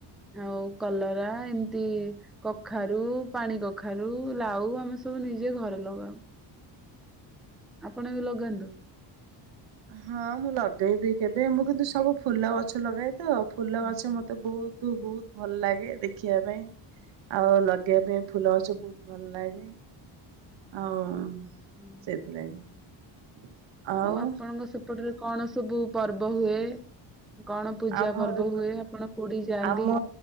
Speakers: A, in the centre; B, on the right.
A: ଆଉ କଲରା ଏମିତି କଖାରୁ ପାଣି କଖାରୁ ଲାଉ ଆମେ ସବୁ ନିଜେ ଘରେ ଲଗାଉ। ଆପଣ ବି ଲଗାନ୍ତୁ।
B: ହଁ ମୁଁ ଲଗେଇବି କେବେ ମୁଁ କିନ୍ତୁ ସବୁ ଫୁଲ ଗଛ ଲଗାଏ ତ। ଫୁଲ
A: ହୁଁ
B: ଗଛ
A: ହୁଁ
B: ମୋତେ ବହୁତ ବହୁତ ଭଲ ଲାଗେ ଦେଖିବା ପାଇଁ। ଆଉ ଲଗେଇବା ପାଇଁ ଫୁଲ ଗଛ ବହୁତ ଭଲ ଲାଗେ ଆଉ। ସେଥିପାଇଁ
A: ହୁଁ।
B: ଆଉ?
A: ଆପଣଙ୍କ ସେପଟରେ କଣ ସବୁ ପର୍ବ ହୁଏ? କଣ ପୂଜା
B: ଆମର
A: ପର୍ବ ହୁଏ ଆପଣ କୋଉଠିକି ଯାଆନ୍ତି?
B: ଆମ